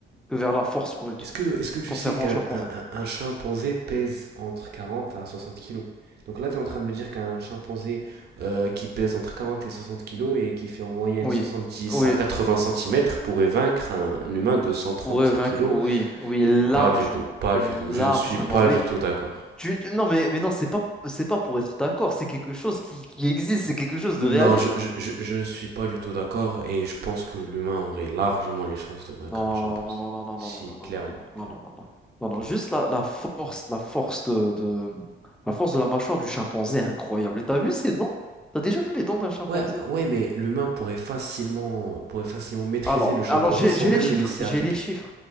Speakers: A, in the centre; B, on the right.
A: que vers la force brute,
B: Est-ce que, est-ce que tu
A: contrairement
B: sais qu'un
A: au chimpanzé.
B: un, un- un chimpanzé pèse entre 40 à 60 kilos? Donc là, tu es en train de me dire qu'un chimpanzé euh, qui pèse entre 40 et 60 kilos et qui fait en moyenne
A: Oui,
B: 70
A: oui.
B: à 80 centimètres pourrait vaincre un, un humain de 130
A: Ouais, vaincre,
B: kilos?
A: oui, oui, largement,
B: Pas du tout, pas
A: largement.
B: du tout. Je ne suis pas
A: Mais
B: du tout d'accord.
A: tu, tu- non, mais, mais non, c'est pas, c'est pas pour être d'accord. C'est quelque chose qui, qui existe, c'est quelque chose
B: Non,
A: de réaliste.
B: je, je, je, je ne suis pas du tout d'accord et je pense que l'humain aurait largement les chances de vaincre
A: Non,
B: un chimpanzé.
A: non, non, non, non,
B: Si,
A: non, non, non, non,
B: clairement,
A: non, non,
B: clairement,
A: non, non, non, non, non, non.
B: clairement.
A: Juste la, la force, la force de, de, la force de la mâchoire du chimpanzé est incroyable. Et t'as vu ses dents? T'as déjà vu les dents d'un chimpanzé?
B: Ouais, ouais, mais l'humain pourrait facilement, pourrait facilement maîtriser
A: Alors,
B: le chimpanzé
A: alors j'ai,
B: sans
A: j'ai
B: même
A: les chiffres,
B: le laisser
A: j'ai
B: attaquer.
A: les chiffres,